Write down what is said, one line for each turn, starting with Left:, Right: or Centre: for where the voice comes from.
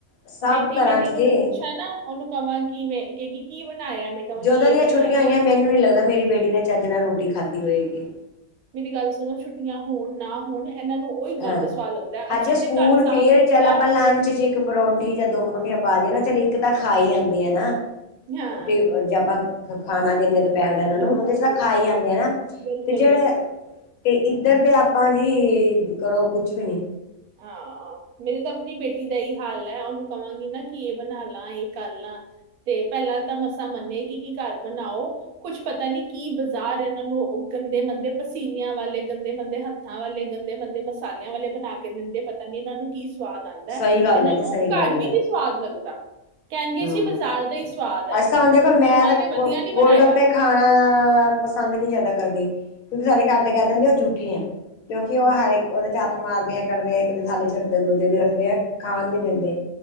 Left: ਸਭ
Right: ਬੇਟੀ
Left: ਘਰਾਂ
Right: ਮੇਰੀ
Left: ਚ
Right: ਨੂੰ
Left: ਜੇ
Right: ਮੈਂ ਪੁੱਛਾਂ ਨਾ ਉਹਨੂੰ ਕਹਾਂ ਕਿ ਮੈਂ ਕਹੇਗੀ ਕੀ ਬਣਾਇਆ ਮੈਂ ਕਵਾਂਗੀ
Left: ਜਦੋਂ
Right: ਇਹ
Left: ਦੀਆਂ
Right: ਬਣਾਇਆ
Left: ਛੁੱਟੀਆਂ ਹੋਈਆਂ ਮੈਨੂੰ ਨੀ ਲੱਗਦਾ ਮੇਰੀ ਬੇਟੀ ਨੇ ਚੱਜ ਨਾਲ ਰੋਟੀ ਖਾਧੀ ਹੋਏਗੀ।
Right: ਮੇਰੀ ਗੱਲ ਸੁਣੋ ਛੁੱਟੀਆਂ ਹੋਣ ਨਾ ਹੋਣ ਇਹਨਾਂ ਨੂੰ ਉਹੀ
Left: ਹਾਂ
Right: ਗੰਦ ਸਵਾਦ ਲੱਗਦਾ ਹੈ। ਅੱਛਾ
Left: ਹਜੇ ਸਕੂਲ
Right: ਜੇ ਘਰ ਸਾਫ਼
Left: ਫੇਰ
Right: ਸੁਥਰਾ
Left: ਚੱਲ ਆਪਾਂ ਲੰਚ ਚ ਇੱਕ ਪਰੌਂਠੀ ਜਾਂ ਦੋ ਪਰੌਂਠੀਆਂ ਪਾ ਦੀਏ ਨਾ ਚਲ ਇੱਕ ਤਾਂ ਖਾ ਹੀ ਆਂਦੇ ਆ ਨਾ
Right: ਹਾਂ
Left: ਜੇ ਆਪਾਂ ਖਾਣਾ ਦਿੰਦੇ ਹ ਇਹਨਾਂ
Right: ਬਿਲਕੁਲ
Left: ਨੂੰ ਉਹਦੇ ਚ ਤਾਂ
Right: ਬਿਲਕੁਲ
Left: ਖਾ ਹੀ ਆਂਦੇ ਆ ਨਾ,
Right: ਬਿਲਕੁਲ
Left: ਤੇ ਜਿਹੜੇ
Right: ਬਿਲਕੁਲ
Left: ਤੇ ਇੱਧਰ ਦੇ ਆਪਾਂ ਜੀ ਕਰੋ ਕੁਛ ਵੀ ਨੀ।
Right: ਹਾਂ। ਮੇਰੀ ਤਾਂ ਆਪਣੀ ਬੇਟੀ ਦਾ ਇਹੀ ਹਾਲ ਹੈ, ਉਹਨੂੰ ਕਵਾਂਗੀ ਨਾ ਕੀ ਬਣਾ ਲਾ ਇਹ ਕਰ ਲਾ ਤੇ ਪਹਿਲਾਂ ਤਾਂ ਮਸਾਂ ਮੰਨੇਗੀ ਕਿ ਘਰ ਬਣਾਓ ਕੁਛ ਪਤਾ ਨੀ ਕੀ ਬਾਜ਼ਾਰ ਇਹਨਾਂ ਨੂੰ ਗੰਦੇ ਮੰਦੇ ਪਸੀਨਿਆਂ ਵਾਲੇ ਗੰਦੇ ਮੰਦੇ ਹਥੱ ਹੱਥਾਂ ਵਾਲੇ ਗੰਦੇ ਬੰਦੇ ਮਸਾਲਿਆਂ ਵਾਲੇ ਬਣਾ ਕੇ ਦਿੰਦੇ, ਪਤਾ ਨੀ ਇਹਨਾਂ ਨੂੰ ਕੀ ਸਵਾਦ ਆਂਦੈ
Left: ਸਹੀ ਗੱਲ
Right: ਇਹਨਾਂ
Left: ਹੈ ਜੀ
Right: ਨੂੰ
Left: ਸਹੀ ਗੱਲ
Right: ਘਰ ਵੀ
Left: ਹੈ
Right: ਨੀ ਸਵਾਦ ਲੱਗਦਾ। ਕਹਿਣਗੇ
Left: ਹੂੰ।
Right: ਜੀ ਬਾਜ਼ਾਰ ਦਾ ਹੀ ਸਵਾਦ ਹੈ,
Left: ਅਸਾਂ ਹੁਣ ਦੇਖੋ ਮੈਂ
Right: ਮੰਮਾ
Left: ਤਾਂ
Right: ਨੇ ਵਧੀਆ ਨਹੀਂ ਬਣਾਇਆ।
Left: ਗੋਲ ਗੱਪੇ ਖਾਣਾ ਪਸੰਦ ਨਹੀਂ ਜਿਆਦਾ ਕਰਦੀ, ਕਿਉਂਕਿ ਸਾਡੇ ਘਰ ਦੇ ਕਹਿ ਦੇਣਗੇ ਉਹ ਜੂਠੇ ਐ। ਕਿਉਂਕਿ, ਉਹ
Right: ਹੂੰ
Left: ਹਰ ਇੱਕ ਉਹਦੇ ਚ ਮਾਰਦੇ ਆ, ਕੱਢਦੇ ਐ ਇੱਕ ਦੀ ਥਾਲੀ ਚ ਰੱਖਦੇ ਐ ਦੂਜੇ ਦੀ ਰੱਖਦੇ ਐ, ਖਾਣ ਨੀ ਦਿੰਦੇ।